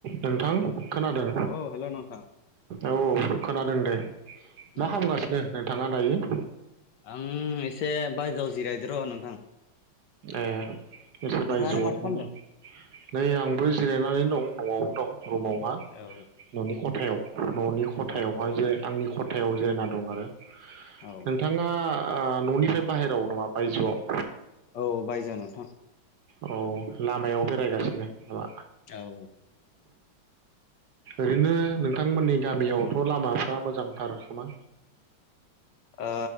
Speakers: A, on the right (about 60°); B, on the left (about 65°).
A: नोंथां खोनादों
B: औ हेल' नोंथां
A: औ खोनादों दे मा
B: औ
A: खालामागासिनो नोंथाङा दायो
B: आं एसे बायजोआव जिरायद र' नोंथां
A: ए एसे
B: नोंथाङालाय
A: बायजोआव
B: माथो खालामदों
A: नै आंबो जिरायनानै दं न'आवनो दं रुमावहा
B: औ
A: न'नि खथायाव न'नि खथायावहाय
B: औ औ
A: जे
B: औ
A: आंनि खथा थायाव जिरना दं आरो
B: औ
A: नोंथाङा ओ न'निफ्राय बाहेरायाव नामा बायजोआव
B: औ बायजोआव नोंथां
A: औ लामायाव बेरायगासिनो नामा
B: औ
A: ओरैनो नोंथांमोननि गामियावथ' लामाफ्रा मोजांथार खोमा
B: ओ